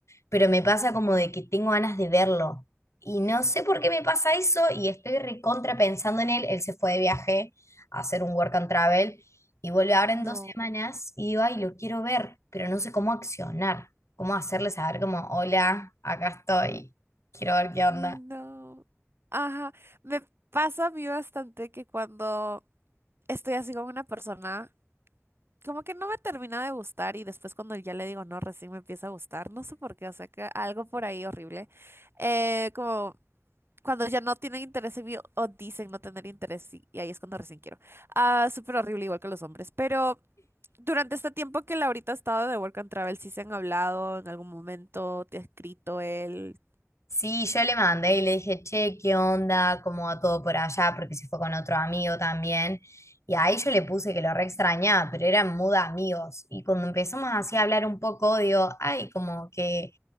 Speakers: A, on the left; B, on the right.
A: pero me pasa como de que tengo ganas de verlo. Y no sé por qué me pasa eso y estoy recontra pensando en él. Él se fue de viaje a hacer un work and travel y vuelve ahora
B: No,
A: en dos semanas y digo, ay, lo quiero ver, pero no sé cómo accionar, cómo hacerle saber como, hola, acá estoy, quiero ver qué onda.
B: no. Ajá. Me pasa a mí bastante que cuando estoy así con una persona, como que no me termina de gustar y después cuando ya le digo no, recién me empieza a gustar. No sé por qué, o sea que algo por ahí horrible. Eh, como cuando ya no tienen interés en mí o dicen no tener interés y, y ahí es cuando recién quiero. Ah, súper horrible igual que los hombres. Pero Durante este tiempo que Laurita ha estado de Work and Travel, ¿sí se han hablado en algún momento? ¿Te ha escrito él?
A: Sí, yo le mandé y le dije, che, ¿qué onda? ¿Cómo va todo por allá? Porque se fue con otro amigo también. Y ahí yo le puse que lo re extrañaba, pero eran mood amigos. Y cuando empezamos así a hablar un poco, digo, ay, como que